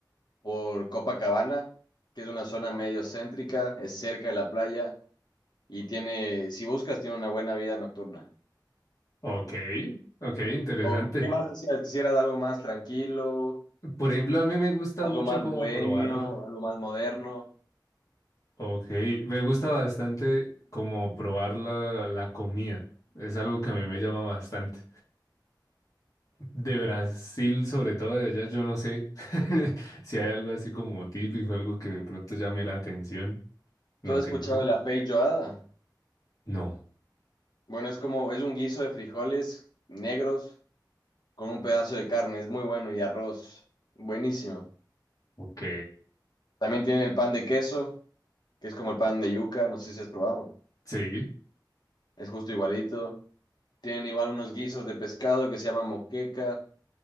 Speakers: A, on the left (about 65°); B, on the left (about 45°).
A: por Copacabana, que es una zona medio céntrica, es cerca de la playa y tiene, si buscas, tiene una buena vida nocturna.
B: Ok, ok, interesante.
A: ¿O qué más quisieras? ¿Quisieras algo más tranquilo,
B: Por ejemplo, a mí me gusta
A: algo
B: mucho
A: más
B: como
A: bohemio,
B: probar,
A: algo más moderno?
B: ok, me gusta bastante como probar la, la comida, es algo que a mí me llama bastante. De Brasil, sobre todo de allá, yo no sé <laughs> si hay algo así como típico, algo que de pronto llame la atención. No
A: ¿Tú has
B: tengo
A: escuchado
B: ni
A: de
B: idea.
A: la feijoada?
B: No.
A: Bueno, es como, es un guiso de frijoles negros con un pedazo de carne, es muy bueno y arroz, buenísimo.
B: Ok.
A: También tienen el pan de queso, que es como el pan de yuca, no sé si has probado.
B: Sí.
A: Es justo igualito. Tienen igual unos guisos de pescado que se llama moqueca,